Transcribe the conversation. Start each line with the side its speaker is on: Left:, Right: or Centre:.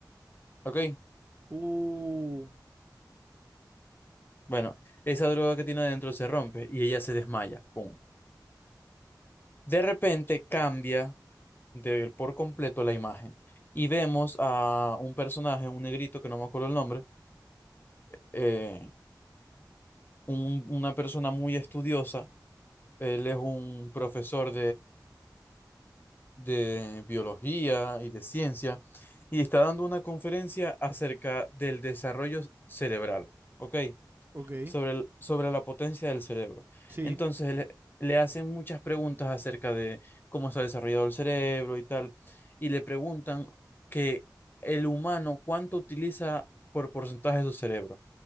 Left: ¿ok?
Right: Uh,
Left: Bueno, esa droga que tiene adentro se rompe y ella se desmaya, ¡pum! De repente cambia de, por completo la imagen y vemos a un personaje, un negrito que no me acuerdo el nombre, eh, un- una persona muy estudiosa, él es un profesor de biología y de ciencia y está dando una conferencia acerca del desarrollo cerebral, ¿ok?
Right: ok,
Left: Sobre, el- sobre la potencia del cerebro.
Right: sí,
Left: Entonces le, le hacen muchas preguntas acerca de cómo está desarrollado el cerebro y tal, y le preguntan que el humano cuánto utiliza por porcentaje de su cerebro.